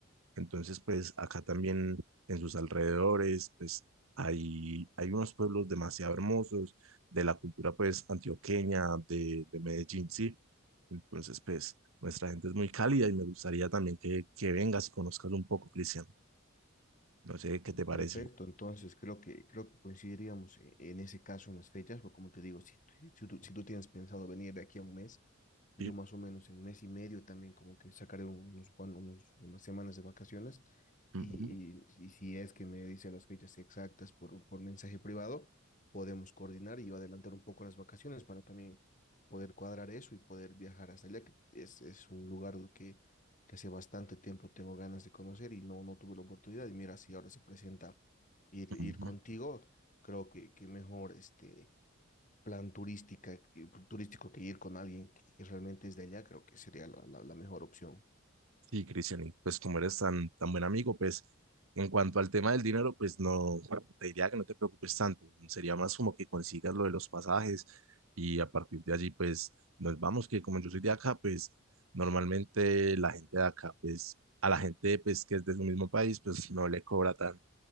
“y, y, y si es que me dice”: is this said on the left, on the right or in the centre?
Left